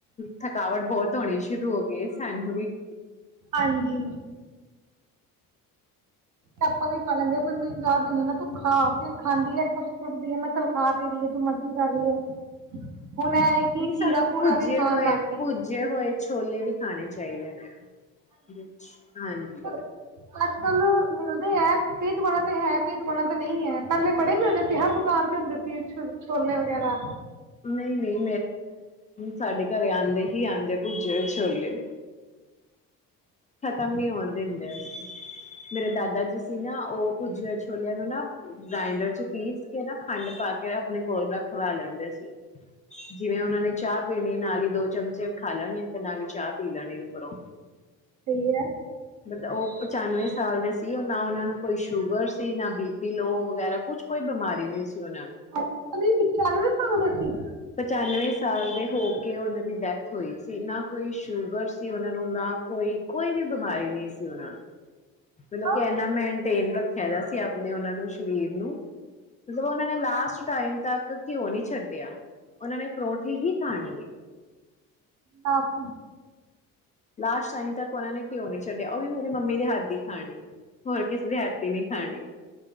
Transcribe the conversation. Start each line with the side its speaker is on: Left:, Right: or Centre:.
Left: ਥਕਾਵਟ ਬਹੁਤ ਧੋਣੇ ਸ਼ੁਰੂ ਹੋ ਗਏ ਸੈਂਡੂ ਵਿੱਚ
Right: ਹਾਂਜੀ ਆਪਾਂ ਵੀ ਖਾ ਲੈਂਦੇ ਆ, ਫ਼ਿਰ ਮੈਨੂੰ ਯਦ ਨਹੀ ਤੂੰ ਖਾ ਫ ਖਾਂਦੀ ਏ ਕੁਛ ਕੁੱਟਦੀ ਆ ਮੈਂ ਚੱਲ ਖਾ ਪ ਰਹੀ ਹੈ ਮਰਜੀ ਕਰ ਰਹੀ ਹੈ। ਹੁਣ ਇਹ ਕੀ
Left: ਨਹੀਂ ਸਾਨੂੰ
Right: ਖੀਰਾ ਖੂਰਾ
Left: ਭੁੱਜੇ
Right: ਵੀ ਖਾਣ
Left: ਹੋਏ
Right: ਲੱਗ ਗਈ
Left: ਭੁੱਜੇ
Right: ਆ
Left: ਹੋਏ ਛੋਲੇ ਵੀ ਖਾਣੇ ਚਾਹੀਦੇ ਨੇੈ ਹਾਂਜੀ
Right: ਪਰ ਅੱਜ ਕੱਲ ਮਿਲਦੇ ਹੈ ਕਈ ਦੁਕਾਨਾਂ ਤੇ ਹੈ ਕਈ ਦੁਕਾਨਾਂ ਤੇ ਨਹੀਂ ਹੈ ਪਹਿਲੇ ਬੜੇ ਮਿਲਦੇ ਸੀ ਹਰ ਦੁਕਾਨ ਤੇ ਹੁੰਦੇ ਸੀ। ਛੋਲੇ ਵਗੈਰਾ
Left: ਨਹੀਂ ਨਹੀਂ ਸਾਡੇ ਘਰੇ ਆਉਂਦੇ ਸੀ, ਆਉਂਦੇ ਭੱਜੇ ਛੋਲੇ। ਖਤਮ ਨੀ ਹੋਣ ਦਿੰਦੇ ਅ, ਮੇਰੇ ਦਾਦਾ ਜੀ ਸੀ ਨਾ ਉਹ ਪੁੱਜ ਛੋਲਿਆਂ ਨੂੰ ਨਾ ਗ੍ਰਾਇਡਰ ਚ ਪੀਸ ਕੇ ਨਾ ਖੰਡ ਪਾ ਕੇ ਆਪਣੇ ਕੋਲ ਰਖਵਾ ਲੈਂਦੇ ਸੀ ਜਿਵੇਂ ਉਹਨਾਂ ਨੇ ਚਾਹ ਪੀਣੀ ਨਾਲ ਹੀ ਦੋ ਚਮਚੇ ਖਾ ਲੈਣੇ ਤੇ ਨਾਲ ਹੀ ਚਾਹ ਪੀ ਲੈਣੀ ਉੱਪਰੋਂ
Right: ਸਹੀ ਹੈ
Left: ਮਤਲਬ ਉਹ ਪਚਾਨਵੇਂ ਸਾਲ ਦੇ ਸੀ ਉਹ ਨਾ ਉਹਨਾਂ ਨੂੰ ਕੋਈ ਸ਼ੂਗਰ ਸੀ ਨਾ ਬੀਪੀ ਲੋ ਵਗੈਰਾ ਕੁਛ ਕੋਈ ਬਿਮਾਰੀ ਨਹੀਂ ਸੀ ਉਹਨਾਂ ਨੂੰ।
Right: ਅਛਾ ਜੀ ਪਿਚਾਨਵੈ ਸਾਲ ਦੇ ਸੀ
Left: ਪਚਾਨਵੇਂ ਸਾਲ ਦੇ ਹੋ ਕੇ ਉਹਨਾਂ ਦੀ ਡੈਥ ਹੋਈ ਸੀ ਨਾ ਕੋਈ ਸ਼ੂਗਰ ਸੀ ਉਹਨਾਂ ਨੂੰ ਨਾ ਕੋਈ ਕੋਈ ਵੀ ਬਿਮਾਰੀ ਨਹੀਂ ਸੀ ਉਹਨਾਂ ਨੂੰ ਮਤਲਬ
Right: ਆਹ
Left: ਕਿ ਇਨਾ ਮੇਨਟੇਨ ਰੱਖ ਕਹਿਦਾ ਸੀ ਆਪਣੇ ਉਹਨਾਂ ਨੂੰ ਸਰੀਰ ਨੂੰ ਮਤਲਬ ਉਹਨਾਂ ਨੇ ਲਾਸਟ ਟਾਈਮ ਤੱਕ ਘਿਓ ਨਹੀਂੀ ਛੱਡਿਆ ਉਹਨਾਂ ਨੇ ਪਰੋਠੀ ਹੀ ਖਾਣੀ ਹੈ
Right: ਹਕ
Left: ਲਾਸਟ ਟਾਈਮ ਤੱਕ ਉਹਨਾ ਨੇ ਘਿਓ ਨੀ ਛੱਡਿਆ, ਉਹ ਵੀ ਮੇਰੇ ਮੰਮੀ ਦੇ ਹੱਥ ਦੀ ਖਾਣੀ ਹੋਰ ਕਿਸੇ ਦੇ ਹੱਥ ਦੀ ਨਹੀ ਖਾਣੀ।